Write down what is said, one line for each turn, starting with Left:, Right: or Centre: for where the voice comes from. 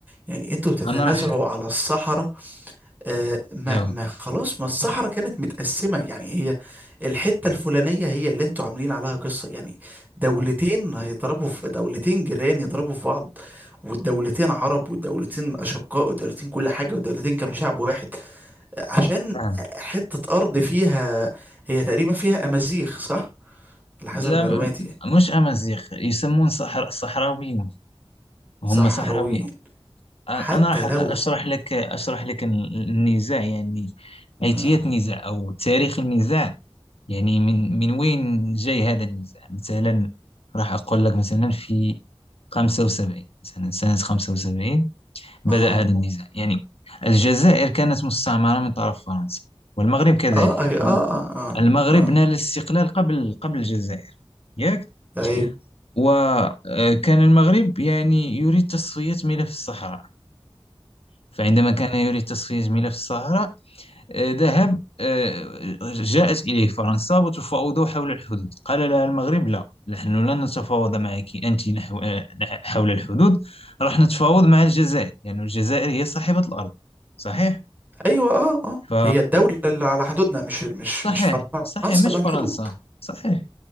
Right: يعني انتوا بتتنازعوا
Left: أنا راح
Right: على الصحراء آه، ما
Left: أيوه
Right: ما خلاص ما الصحراء كانت متقسمة يعني هي الحتة الفلانية هي اللي انتوا عاملين عليها قصة يعني دولتين هيضربوا في دولتين جيران يضربوا في بعض والدولتين عرب والدولتين أشقاء والدولتين كل حاجة والدولتين كانوا شعب واحد آه، عشان
Left: آه.
Right: حتة أرض فيها هي تقريبا فيها أمازيغ صح؟ على حسب
Left: لا
Right: معلوماتي
Left: م-
Right: يعني
Left: مش أمازيغ يسمون صحر... صحراويين هم
Right: صحراويين
Left: صحراويين
Right: حتى
Left: أنا راح
Right: لو
Left: أشرح لك أشرح لك ال- النزاع يعني أيتية
Right: اه
Left: النزاع أو تاريخ النزاع يعني من من وين جاي هذا النزاع مثلا راح أقول لك مثلا في 75 مثلا سنة 75 بدأ
Right: اه
Left: هذا النزاع يعني الجزائر كانت مستعمرة من طرف فرنسا والمغرب كذلك
Right: اه اه اه, آه.
Left: المغرب
Right: آه.
Left: نال الاستقلال قبل قبل الجزائر ياك
Right: ايوه
Left: وكان المغرب يعني يريد تصفية ملف الصحراء فعندما كان يريد تصفية ملف الصحراء آه، ذهب آه، جاءت إليه فرنسا وتفاوضوا حول الحدود قال لها المغرب لا نحن لن نتفاوض معك أنت نحو آه، نح- حول الحدود راح نتفاوض مع الجزائر لأن الجزائر هي صاحبة الأرض صحيح
Right: ايوه اه اه
Left: ف
Right: هي الدولة اللي على حدودنا مش مش
Left: صحيح
Right: مش فرنسا
Left: صحيح مش
Right: اللي على
Left: فرنسا
Right: الحدود
Left: صحيح